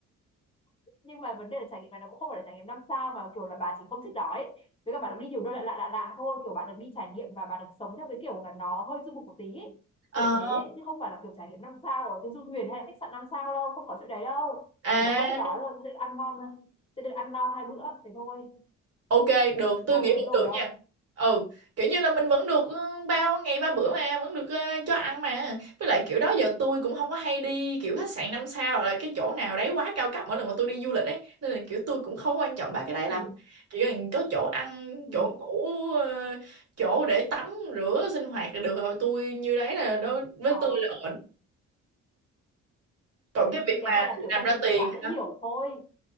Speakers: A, on the left; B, on the right.
A: nhưng mà vấn đề là trải nghiệm này nó cũng không phải là trải nghiệm năm sao mà kiểu là bà chỉ không thích đó ấy với cả bà được đi nhiều nơi lạ lạ lạ lạ thôi kiểu bà được đi trải nghiệm và bà được sống theo cái kiểu là nó hơi du mục một tí ấy.
B: Ờ.
A: kiểu thế ấy. chứ không phải là kiểu trải nghiệm năm sao ở trên du thuyền hay là khách sạn năm sao đâu không có chuyện đấy đâu
B: À,
A: chỉ là không chịu đói thôi sẽ được ăn ngon thôi sẽ được ăn no hai bữa thế thôi
B: ok, được,
A: thì
B: tôi
A: bà
B: nghĩ
A: có đánh
B: vẫn
A: đổi
B: được
A: không
B: nha. Ừ, kiểu như là mình vẫn được ờ, bao ngày ba bữa mà, vẫn được ờ, cho ăn mà. Với lại kiểu đó giờ tôi cũng không có hay đi kiểu khách sạn năm sao hoặc là cái chỗ nào đấy quá cao cấp mỗi lần mà tôi đi du lịch ấy, nên là kiểu tôi cũng không quan trọng ba cái đấy
A: ừ.
B: lắm. Chỉ cần có chỗ ăn,
A: Ừ.
B: chỗ ngủ, ờ, chỗ để tắm, rửa, sinh hoạt là được rồi. Tôi như đấy là đối với
A: Ờ.
B: tôi là ổn. Còn
A: Ừ.
B: cái việc
A: thì cái
B: mà
A: này là kiểu
B: làm
A: tôi
B: ra
A: ví
B: tiền
A: dụ cho bà dễ hiểu thôi